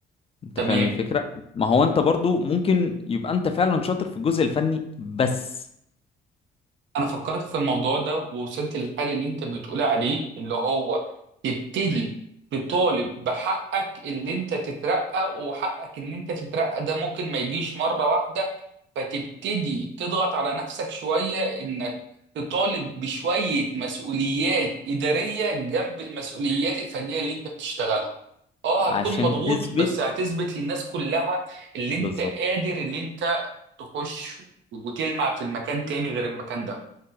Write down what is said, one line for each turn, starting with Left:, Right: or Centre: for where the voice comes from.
Left: أنت
Right: تمام
Left: فاهم الفكرة؟ ما هو أنت برضو ممكن يبقى أنت فعلا شاطر في الجزء الفني بس
Right: انا فكرت في الموضوع ده ووصلت للحل اللي انت بتقول عليه اللي هو تبتدي تطالب بحقك اللي انت تترقى وحقك ان انت تترقى ده ممكن ما يجيش مرة واحدة فتبتدي تضغط على نفسك شوية انك تطالب بشوية مسؤوليات إدارية جنب المسؤوليات الفنية اللي انت بتشتغلها اه
Left: عشان
Right: هتكون مضغوط
Left: تثبت
Right: بس هتثبت للناس كلها اللي
Left: بالظبط
Right: انت قادر اللي انت تخش وتلمع في المكان تاني غير المكان ده